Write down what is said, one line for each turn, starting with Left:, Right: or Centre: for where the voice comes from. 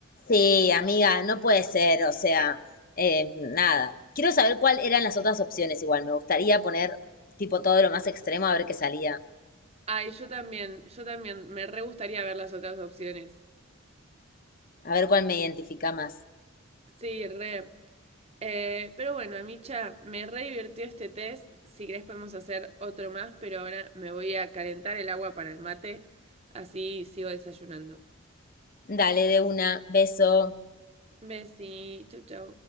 Left: Sí, amiga, no puede ser, o sea, eh, nada. Quiero saber cuáles eran las otras opciones igual. Me gustaría poner tipo todo lo más extremo a ver qué salía.
Right: Ay, yo también, yo también, me re gustaría ver las otras opciones.
Left: A ver cuál me identifica más.
Right: Sí, re. Eh, pero bueno, Amicha, me re divirtió este test. Si querés podemos hacer otro más, pero ahora me voy a calentar el agua para el mate. Así sigo desayunando.
Left: Dale de una, beso.
Right: Besi, chau chau.